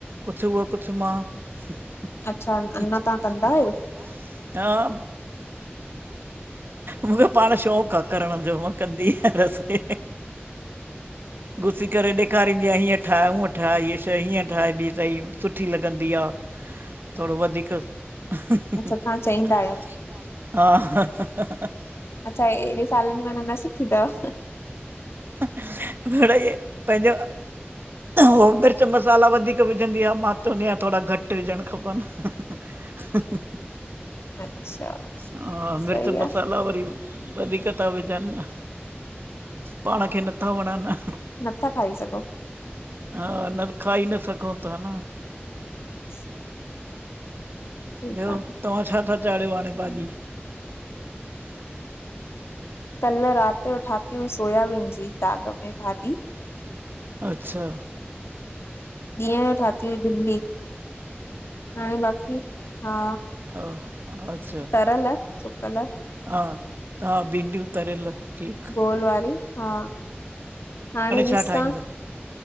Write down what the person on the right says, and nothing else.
कुझु उहा कुझु मां <unintelligible>
हा मुंखे पाण शौक़ु आ करणु जो मां कंदी आहियां रसोई घुसी करे ॾे खारींदी आहियां हीअ ठाहे, हुंअ ठाहे हियं शइ इअं ठाहिबी थई सुठी लॻंदी आ थोरो वधीक ह
ह,
हा ह ह
मिड़ई पहिंजो हो मिर्च मसाला वधीक विझंदी आ, मां चवंदी आहियां, थोरा घटि विझणु खपनि
हा
मिर्च मसाला
वरी वधीक था विझनि, पाण खे नथा वणनि
हा न खाई न सघउं था न
ॿियो,
तव्हां छा था चाढ़ियो हाणे भाॼी?
अच्छा
ह अच्छा,
हा तां भिंडियूं तरियल ठीकु
छा ठाहींदो